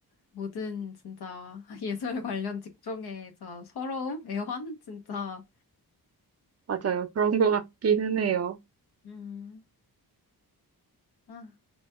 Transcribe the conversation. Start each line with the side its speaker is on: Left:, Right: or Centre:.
Left: 모든 진짜 <laughs> 예술 관련 직종의 진 서러움, 애환, 진짜
Right: 맞아요. 그런 것 같기는 해요.
Left: 음, 아.